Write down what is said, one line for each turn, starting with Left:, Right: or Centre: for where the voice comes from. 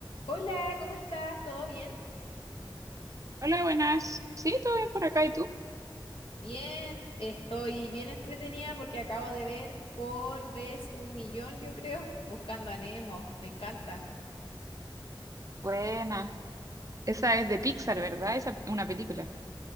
Left: Hola, ¿cómo estás? ¿Todo bien?
Right: Hola, buenas. Sí, todo bien por acá, ¿y tú?
Left: Bien, estoy bien entretenida porque acabo de ver por vez un millón, yo creo, <laughs> Buscando a Nemo. Me encanta.
Right: Buena. Esa es de Pixar, ¿verdad? Esa es una película.